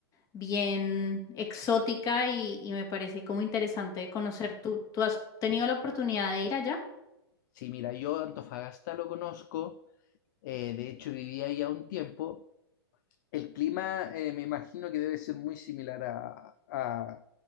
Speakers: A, on the left; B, on the left.
A: bien exótica y, y me parece como interesante conocer. ¿Tú, tú has tenido la oportunidad de ir allá?
B: Sí, mira, yo Antofagasta lo conozco, eh, de hecho viví ahí a un tiempo El clima, eh, me imagino que debe ser muy similar a, a-